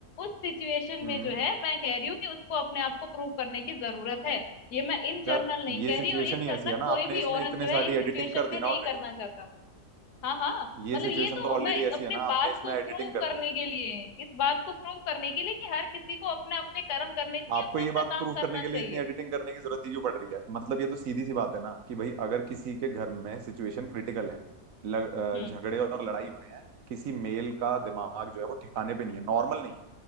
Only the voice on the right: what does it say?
हम्म
यार
ये
सिचुएशन
ही
ऐसी है ना
आपने
इसमें
इतने
सारी
एडिटिंग कर दी
ना
ऑलरेडी
ये
सिचुएशन
तो ऑलरेडी
ऐसी
है ना आपने
इसमें
एडिटिंग कर
दी
आपको
ये
बात
प्रूव करने
के
लिए इतनी एडिटिंग करने की जरूरत ही क्यों पड़ रही है मतलब ये तो सीधी सी बात है ना कि भाई अगर किसी के घर में सिचुएशन क्रिटिकल है लग- अ,
झगड़े और लड़ाई हो रहे हैं किसी मेल का दिमाग जो है वो ठिकाने पे नहीं है नॉर्मल नहीं है